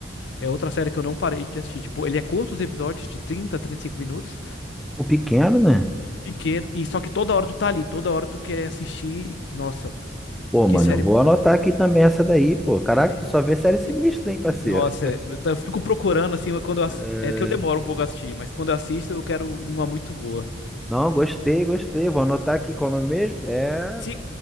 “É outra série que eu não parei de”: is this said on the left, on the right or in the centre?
Left